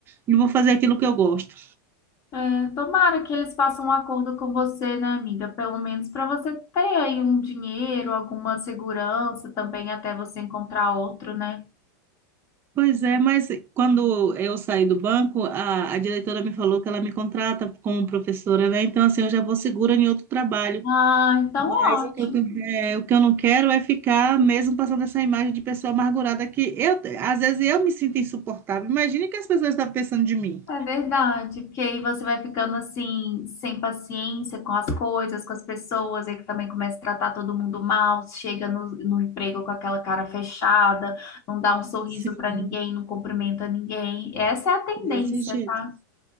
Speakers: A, on the right; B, on the left.
A: e vou fazer aquilo que eu gosto.
B: É, tomara que eles façam um acordo com você, né, amiga? Pelo menos para você ter aí um dinheiro, alguma segurança também até você encontrar outro, né?
A: Pois é, mas quando eu saí do banco, a, a diretora me falou que ela me contrata como professora, né? Então, assim, eu já vou segura em outro trabalho.
B: Ah, então
A: Mas o
B: ótimo.
A: que eu, é, o que eu não quero é ficar mesmo passando essa imagem de pessoa amargurada que eu, às vezes eu me sinto insuportável. Imagine o que as pessoas estão pensando de mim.
B: É verdade, porque aí você vai ficando assim, sem paciência com as coisas, com as pessoas, aí que também começa a tratar todo mundo mal, chega no, no emprego com aquela cara fechada, não dá um sorriso
A: Sim,
B: para ninguém, não cumprimenta ninguém. Essa é a tendência,
A: desse jeito.
B: tá?